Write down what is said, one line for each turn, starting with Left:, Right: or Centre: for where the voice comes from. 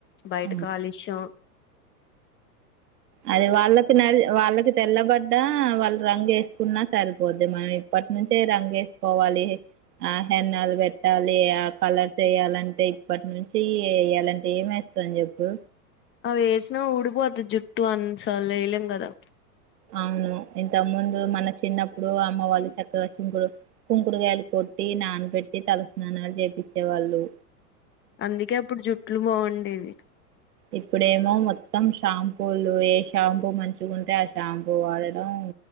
Left: బయట
Right: ఆ
Left: కాలుష్యం
Right: అది వాళ్ళకి న వాళ్ళకి తెల్లబడ్డా వాళ్ళు రంగు వేసుకున్నా సరిపోద్ది మనం ఇప్పటి నుంచే రంగు వేసుకోవాలి. ఆ హేన్నాలు పెట్టాలి ఆ కలర్స్ వేయాలంటే ఇప్పటి నుంచి వేయాలంటే ఏమి స్తాం చెప్పు
Left: అవి వేసినా ఊడిపోద్ది జుట్టు అన్ని సార్లు వేయలేం కదా
Right: అవును ఇంతకు ముందు మన చిన్నప్పుడు అమ్మ వాళ్ళు చక్కగా కుంకుడు కుంకుడుగాయాలు కోట్ ట్టి నానబెట్టి తలస్నానాలు చేపిచ్చేవాళ్ళు
Left: అందుకే అప్పుడు జుట్లు బాగుండేవి
Right: ఇప్పుడేమో మొత్తం షాంపూలు ఏ షాంపూ మంచిగుంటే ఆ షాంపూ వాడడం